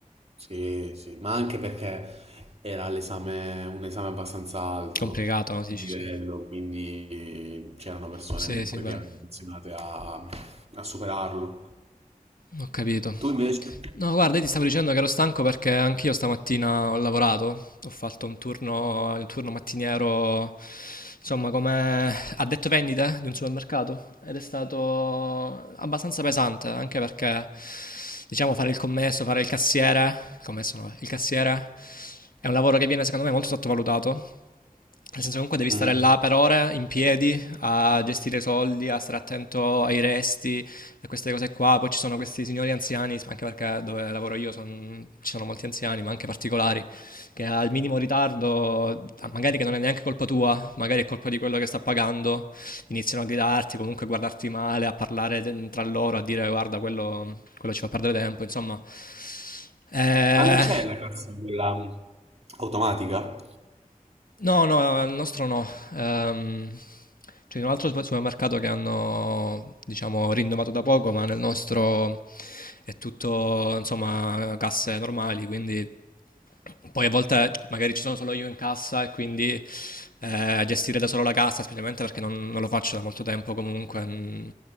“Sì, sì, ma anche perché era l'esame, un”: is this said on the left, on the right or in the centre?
Right